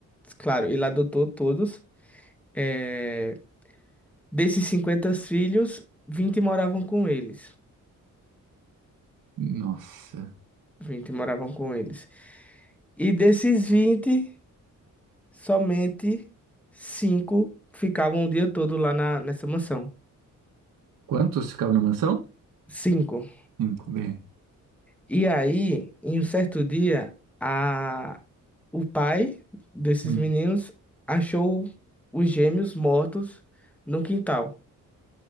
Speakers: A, in the centre; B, on the right.
A: claro, ele adotou todos. É, desses 50 filhos, 20 moravam com eles.
B: Nossa,
A: vinte moravam com eles. E desses vinte Somente cinco ficavam o dia todo lá na, nessa mansão.
B: Quantos ficavam na mansão?
A: Cinco.
B: cinco, bem.
A: E aí, em um certo dia, a... o pai desses
B: Hum.
A: meninos achou os gêmeos mortos no quintal.